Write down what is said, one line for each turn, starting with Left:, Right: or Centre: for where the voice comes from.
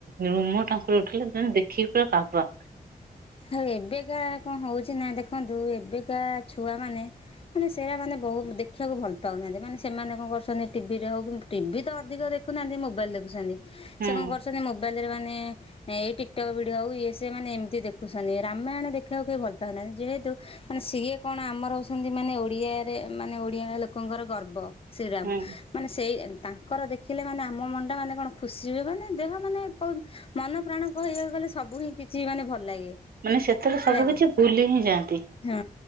Right: ରୁମ ଟାଙ୍କୁର ଉଠିଲା ଦେଖିକି ପୁରା କାବା।
Left: ଆଉ ଏବେକା କଣ ହୋଉଚି ନା ଦେଖନ୍ତୁ ଏବେକା ଛୁଆମାନେ ମାନେ ସେଡା ମାନେ ବୋହୁତ ଦେଖିବାକୁ ଭଲ ପାଉନାହାନ୍ତି ମାନେ ସେମାନେ କଣ କରୁଛନ୍ତି ଟିଭିରେ ହୋଉ କି ଟିଭି ତ ଅଧିକ ଦେଖୁନାହାନ୍ତି ମୋବାଇଲ ଦେଖୁଚନ୍ତି।
Right: ହୁଁ
Left: ସେ କଣ କରୁଛନ୍ତି ମୋବାଇଲରେ ମାନେ ଏଇ ଟିକଟକ୍ ଭିଡିଓ ହୋଉ ଇଏ ସିଏ ମାନେ ଏମତି ଦେ ଦେଖୁଛନ୍ତି ରାମାୟଣ ଦେଖିବାକୁ କେହି ଭଲ ପାଉନାହାନ୍ତି ଯେହେତୁ ମାନେ ସିଏ କଣ ଆମର ହୋଉଛନ୍ତି ମାନେ ଓଡିଆରେ ମାନେ ଓଡିଆ ଲୋକଙ୍କର ଗର୍ବ। ଶ୍ରୀରାମ
Right: ହୁଁ।
Left: ମାନେ ସେଇ ତାଙ୍କର ଦେଖିଲେ ମାନେ ଆମ ମନଟା ମାନେ କଣ ଖୁସି ହୁଏ ମାନେ ଦେହ ମାନେ କ ମନ ପ୍ରାଣ କହିବାକୁ ଗଲେ ସବୁ ହିଁ କିଛି ମାନେ ଭଲ ଲାଗେ।
Right: ମାନେ ସେତେବେଳେ
Left: ହେଲା
Right: ସବୁ
Left: କି
Right: କିଛି ଭୁଲି ହିଁ ଯାଆନ୍ତି।
Left: ହଁ